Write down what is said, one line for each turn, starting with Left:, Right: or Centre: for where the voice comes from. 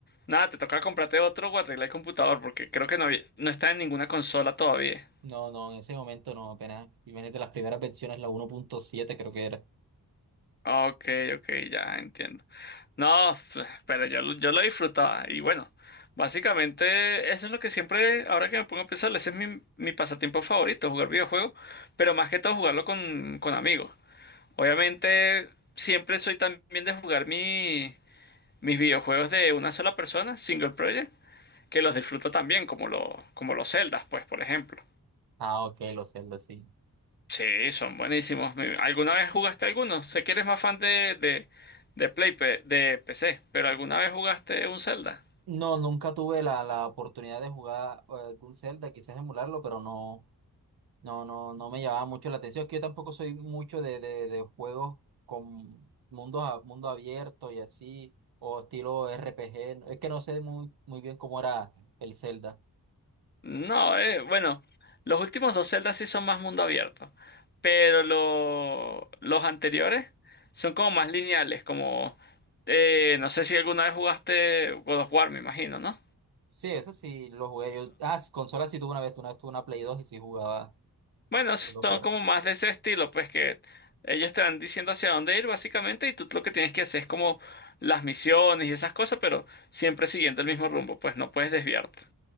Left: Nada, te toca comprarte otro o arreglar el computador porque creo que no había... no está en ninguna consola todavía.
Right: No, no, en ese momento no, apenas, imagínate las primeras versiones, la 1.7 creo que era.
Left: Ok, ok, ya entiendo. No, f- pero yo, lo- yo lo disfrutaba. Y bueno, básicamente eso es lo que siempre, ahora que me pongo a pensar, ese es mi, mi pasatiempo favorito, jugar videojuegos, pero más que todo jugarlo con, con amigos. Obviamente, siempre soy también de jugar mi, mis videojuegos de una sola persona, single player. que los disfruto también, como, los como los Zeldas, pues, por ejemplo.
Right: Ah, ok, los Zelda, sí.
Left: Sí, son buenísimos. Mi- ¿Alguna vez jugaste alguno? Sé que eres más fan de, de, de Play, pe- de PC, pero ¿alguna vez jugaste un Zelda?
Right: No, nunca tuve la, la oportunidad de jugar eh, algún Zelda, quizás emularlo, pero no, no, no, no me llamaba mucho la atención. Es que yo tampoco soy mucho de, de, de juegos con mundos a- mundo abierto y así, o estilo RPG. Es que no sé muy, muy bien cómo era el Zelda.
Left: No, eh, bueno, los últimos dos Zeldas sí son más mundo abierto, pero lo- los anteriores son como más lineales, como, eh, no sé si alguna vez jugaste God of War, me imagino, ¿no?
Right: Sí, eso sí lo jugué yo. Ah, s- consola sí tuve una vez, una vez tuve una Play 2 y sí jugaba
Left: Bueno, son
Right: lo que fuera.
Left: como más de ese estilo, pues que ellos te van diciendo hacia dónde ir básicamente y tú lo que tienes que hacer es como las misiones y esas cosas, pero siempre siguiendo el mismo rumbo, pues no puedes desviarte.